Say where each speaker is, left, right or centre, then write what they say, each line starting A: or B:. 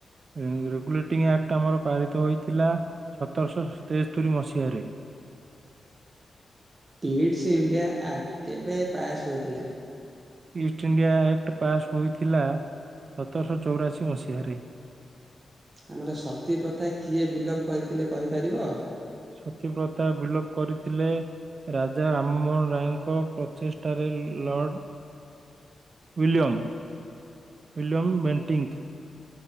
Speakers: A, on the right; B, on the right.
A: ରେ-ରେଗୁଲେଟିଂ ଆକ୍ଟ ଆମର ପାରିତ ହୋଇଥିଲା ସତରଶହ ତେସ୍ତରି ମସିହାରେ।
B: ପିଟ୍ସ୍ ଇଣ୍ଡିଆ ଆକ୍ଟ କେବେ ପାସ୍ ହୋଇଥିଲା?
A: ଇଷ୍ଟ ଇଣ୍ଡିଆ ଆକ୍ଟ ପାସ୍ ହୋଇଥିଲା ସତରଶହ ଚଉରାଅଶୀ ମସିହାରେ।
B: ଆମର ସତୀ ପ୍ରଥା କିଏ ବିଲୋପ କରିଥିଲେ କହିପାରିବ।
A: ସତୀ ପ୍ରଥା ବିଲୋପ କରିଥିଲେ। ରାଜା ରାମମୋହନ ରାୟଙ୍କ ପ୍ରଚେଷ୍ଟାରେ ଲର୍ଡ। William William ବେଣ୍ଟିଙ୍କ।